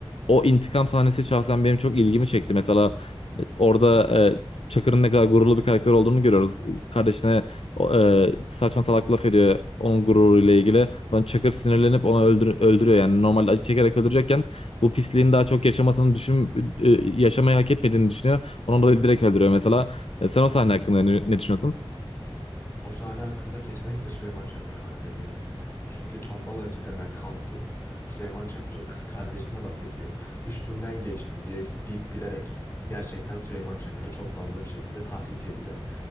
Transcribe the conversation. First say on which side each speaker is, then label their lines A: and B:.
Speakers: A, on the left (about 75°); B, on the left (about 25°).
A: o intikam sahnesi şahsen benim çok ilgimi çekti. Mesela e, orada e, Çakır'ın ne kadar gururlu bir karakter olduğunu görüyoruz. Kardeşine o, e, saçma salak laf ediyor onun gururuyla ilgili. Sonra Çakır sinirlenip onu öldür öldürüyor. Yani normal acı çekerek öldürecekken bu pisliğin daha çok yaşamasını düşün e, yaşamayı hak etmediğini düşünüyor. Ondan dolayı direkt öldürüyor mesela. E, sen o sahne hakkında ne, ne düşünüyorsun?
B: O sahne hakkında kesinlikle Süleyman Çakır'a hak veriyorum. Çünkü tombalacı denen kansız Süleyman Çakır'ın kız kardeşine laf ediyor. Üstümden geçti diye deyip gülerek gerçekten Süleyman Çakır'ı çok fazla bir şekilde tahrik ediyor.